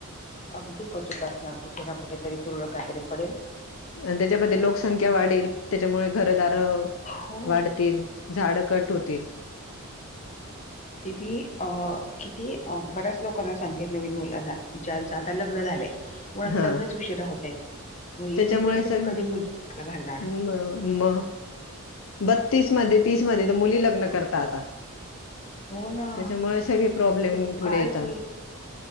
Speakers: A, on the left; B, on the left.
A: अगदी क्वचित असणार कुठे ना कुठेेतरी तुरळ काही तरी पडेल.
B: आणि त्याच्यामध्ये लोकसंख्या वाढेल. त्याच्यामुळे घरदार
A: हो
B: वाढतील. झाड कट होतील.
A: ते मी अ ती बऱ्याच लोकांना सांगते. नवीन मुलांना ज्यांच आता लग्न झालंय. मुळात
B: हा
A: लग्नच ह उशीरा होत आहेत.
B: त्याच्यामुळे
A: इथून पुढे तुम्ही
B: सग
A: कधी मुल जन्माला घालणार.
B: म मग, बत्तीस मध्ये, तीस मध्ये, तर मुली लग्न करतात आता.
A: हो ना.
B: त्याच्यामुळे सगळे प्रॉब्लेम
A: मग ते
B: पुढे
A: काय
B: येता.
A: ते